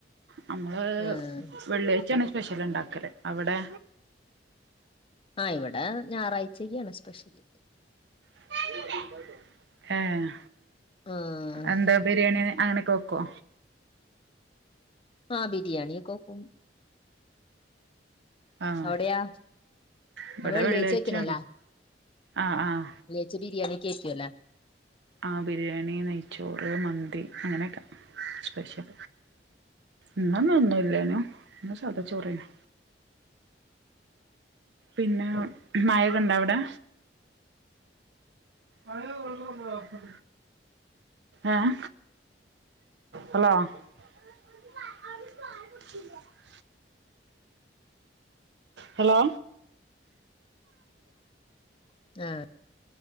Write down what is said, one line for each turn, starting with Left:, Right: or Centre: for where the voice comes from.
Right: നമ്മള്
Left: ആഹ്
Right: വെള്ളിയാഴ്ചാണ് സ്പെഷ്യൽ ഇണ്ടാക്കല് അവിടെ
Left: ആഹ് ഇവിടെ ഞായറാഴ്ചയ്ക്കാണ് സ്പെഷ്യല്
Right: <inaudible> ഏഹ്
Left: ആഹ്
Right: എന്താ ബിരിയാണി അങ്ങനെക്കെ വെക്കോ
Left: ആഹ ബിരിയാണിയൊക്കെ വെക്കും
Right: ആഹ്
Left: അവിടെയാ
Right: ഇവിടെ
Left: അവിടെ വെള്ളിയാഴ്ച
Right: വെള്ളിയാഴ്ചാണ്
Left: വെക്കണല്ലേ
Right: ആഹ ആഹ
Left: വെള്ളിയാഴ്ച ബിരിയാണിയൊക്കെ വെക്കും അല്ലേ
Right: ആഹ് ബിരിയാണി നെയ്ച്ചോറ് മന്തി അങ്ങനെയൊക്കെ സ്പെഷ്യൽ ഇന്നലൊന്നും ഇല്ലേന്നു ഇന്ന് സാദാ ചോറേന്ന് പിന്നെ മയൊക്കെണ്ട അവിടെ <inaudible> ഏഹ് ഹലോ <inaudible> ഹലോ
Left: ആഹ